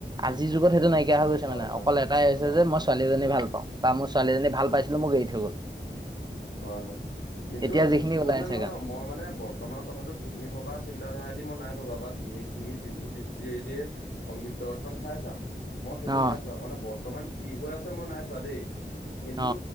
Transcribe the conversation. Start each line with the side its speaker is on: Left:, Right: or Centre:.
Right: আজিৰ যুগত সেইটো নাই। নাইকিয়া হৈ গৈছে
Left: হয়
Right: মানে
Left: হয়
Right: অকল এটাই হৈছে
Left: অ
Right: যে মই
Left: অ
Right: ছোৱালীজনী ভাল পাওঁ, বা মোৰ ছোৱালীজনী ভাল পাইছিলো মোক এৰি থৈ গ'ল।
Left: হয় হয় কিন্তু
Right: এতিয়া যিখিনি ওলাই
Left: মানে
Right: আছে
Left: নহয়,
Right: গান
Left: নহয় মই মানে বৰ্তমান কথাটো তুমি ভবা চি- ন্তা ধাৰা দি মই নাই ভবা বা। তুমি, তুমি যোনটো দৃষ্টিৰে দিয়ে সংগীত জগতখন চাইছা মই সেইটো
Right: অ
Left: নাই চোৱা। মানে বৰ্তমান কি হৈ আছে মই নাই চোৱা দেই। কিন্তু
Right: অ